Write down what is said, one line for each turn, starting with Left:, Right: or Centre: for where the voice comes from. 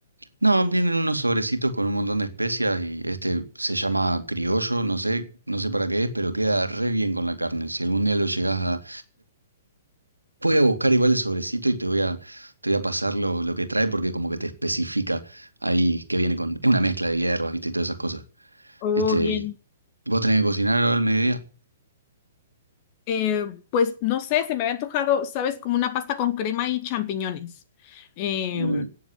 Right: No, vienen unos sobrecitos con un montón de especias y este se llama criollo, no sé, no sé para qué es, pero queda re bien con la carne. Si algún día lo llegás a... Voy a buscar igual el sobrecito y te voy a, te voy a pasar lo, lo que trae porque como que te especifica ahí que viene con... Es una mezcla de hierbas, viste, y todas esas cosas.
Left: Oh,
Right: Este,
Left: bien.
Right: ¿vos tenés que cocinar ahora al mediodía?
Left: Eh, pues no sé, se me había antojado, ¿sabes? Como una pasta con crema y champiñones. Eh,
Right: Uh,